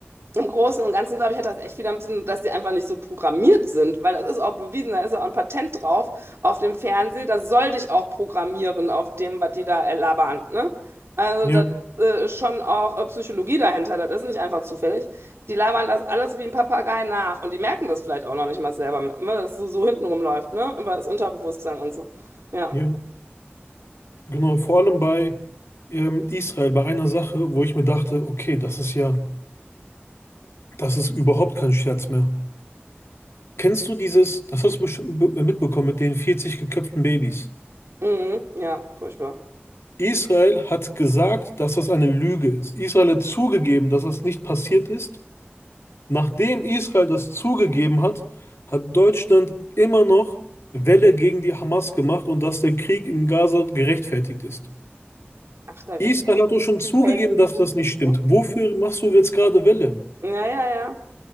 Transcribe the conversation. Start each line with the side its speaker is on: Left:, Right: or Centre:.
Right: im Großen und Ganzen, glaube ich, hat das echt viel damit zu tun, dass die einfach nicht so programmiert sind, weil das ist auch bewiesen, da ist ja auch ein Patent drauf auf dem Fernseher, das soll dich auch programmieren auf dem, was die da äh, labern, ne? Also
Left: Ja,
Right: das äh, ist schon auch äh, Psychologie dahinter, das ist nicht einfach zufällig. Die labern das alles wie ein Papagei nach und die merken das vielleicht auch noch nicht mal selber, ne? Dass es so, so hinten rumläuft, ne? Über das Unterbewusstsein und so. Ja,
Left: ja. Genau, vor allem bei ähm, Israel, bei einer Sache, wo ich mir dachte, okay, das ist ja, das ist überhaupt kein Scherz mehr. Kennst du dieses, das hast du bestimmt be- mitbekommen mit den 40 geköpften Babys.
Right: mhm, ja, furchtbar.
Left: Israel hat gesagt, dass das eine Lüge ist. Israel hat zugegeben, dass das nicht passiert ist. Nachdem Israel das zugegeben hat, hat Deutschland immer noch Welle gegen die Hamas gemacht und dass der Krieg in Gaza gerechtfertigt ist.
Right: Ach, da gibt
Left: Israel
Right: es also
Left: hat doch schon zugegeben,
Right: die Fake News
Left: dass das nicht
Right: und
Left: stimmt.
Right: so.
Left: Wofür machst du jetzt gerade Welle?
Right: Ja, ja, ja.